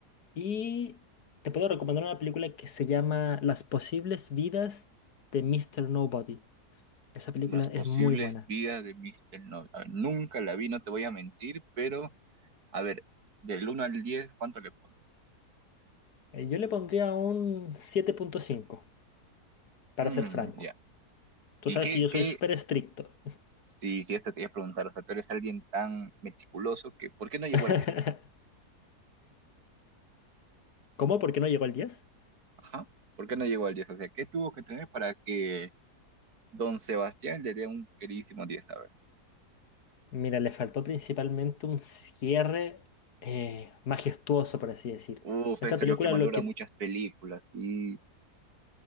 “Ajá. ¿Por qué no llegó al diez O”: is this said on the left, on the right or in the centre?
Right